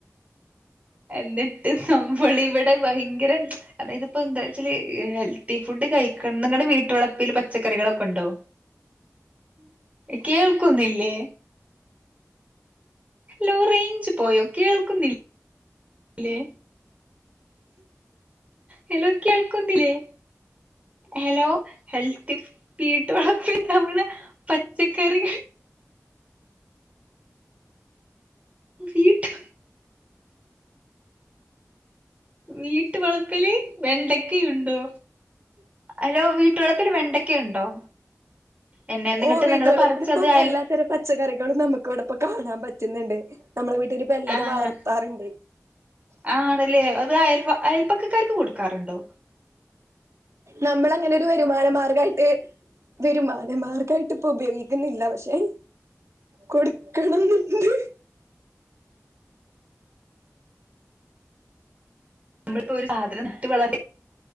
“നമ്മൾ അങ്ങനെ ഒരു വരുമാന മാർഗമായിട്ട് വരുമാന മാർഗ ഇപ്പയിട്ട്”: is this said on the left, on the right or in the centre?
Right